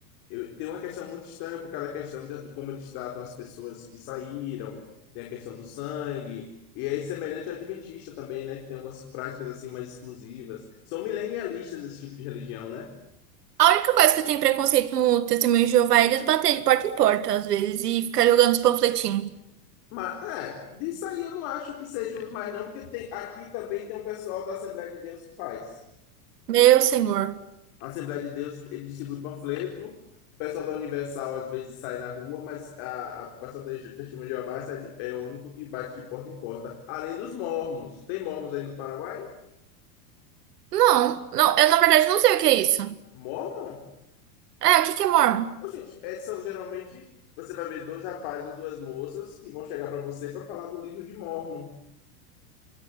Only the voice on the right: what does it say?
A única coisa que eu tenho preconceito no testemunho de Jeová é eles baterem de porta em porta, às vezes, e ficar jogando os panfletinhos.
Meu senhor.
Não, não, eu na verdade não sei o que é isso.
É, o que que é mormon?